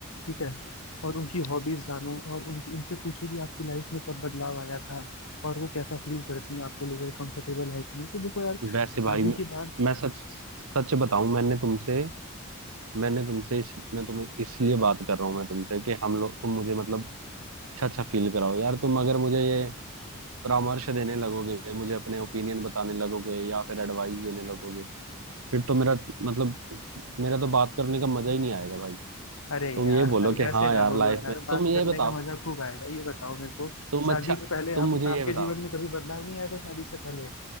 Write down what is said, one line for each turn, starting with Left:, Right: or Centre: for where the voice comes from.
Left: ठीक है और उनकी हॉबीज जानो और उनकी उनसे पूछो कि आपकी लाइफ में कब बदलाव आया था और वो कैसा फील करती हैं आपको लेकर कंफर्टेबल है कि नहीं तो देखो यार
Right: वैसे भाई
Left: शादी
Right: मैं,
Left: के बाद
Right: मैं सच सच बताऊं मैंने तुमसे मैंने तुमसे इस, मैं तुम्हें इसलिए बात कर रहा हूँ मैं तुमसे कि हम लोग तुम मुझे मतलब अच्छा अच्छा फील कराओ यार तुम अगर मुझे ये परामर्श देने लगोगे मुझे अपने ओपिनियन बताने लगोगे या फिर एडवाइस देने लगोगे फिर तो मेरा मतलब मेरा तो बात करने का मजा ही नहीं आएगा भाई
Left: अरे
Right: तुम
Left: यार
Right: ये बोलो
Left: भाई
Right: कि
Left: ऐसे
Right: हाँ
Left: ना
Right: यार
Left: बोलो
Right: लाइफ
Left: यार
Right: में
Left: बात
Right: तुम ये
Left: करने
Right: बताओ
Left: का मजा खूब आएगा ये बताओ मेरे को
Right: तुम
Left: शादी
Right: अच्छा
Left: से पहले
Right: तुम
Left: आप
Right: मुझे
Left: आपके
Right: ये बताओ
Left: जीवन में कभी बदलाव नहीं आया था शादी से पहले